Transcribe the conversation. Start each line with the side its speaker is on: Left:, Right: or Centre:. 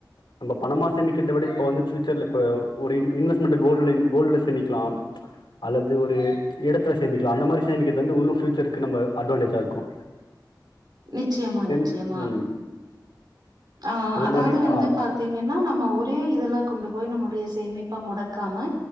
Left: நம்ப பணமா சேமிக்கிறத விட இப்ப வந்து ஃப்யூச்சர்ல இப்ப ஒரு இன் இன்வெஸ்ட்மெண்ட் கோல்ல கோல்டுல சேமிக்கலா அல்லது ஒரு எடத்துல சேமிக்கலாம அந்த மாரி சேமிக்கிறது வந்து உன்னு ஃபியூச்சருக்கு நம்ப அட்வான்டேஜா இருக்கு
Right: நிச்சியமா
Left: சேம்
Right: நிச்சியமா
Left: ம்
Right: ஆஹ்
Left: அது
Right: அதாவது
Left: மாரி
Right: வந்து
Left: ஆ
Right: பாத்தீங்கன்னா நம்ம ஒரே இதுல கொண்டு போய் நம்மளுடைய சேமிப்பா முடக்காம